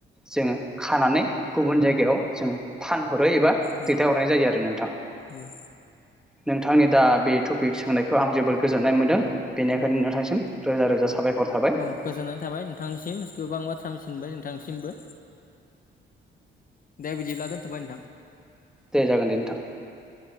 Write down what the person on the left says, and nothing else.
उम
उम
उम
औ गोजोननाय थाबाय नोंथांनिसिम गोबां बार सामिसिनबाय नोंथांसिमबो, दे बिदिब्ला दोनथ'बाय नोंथां।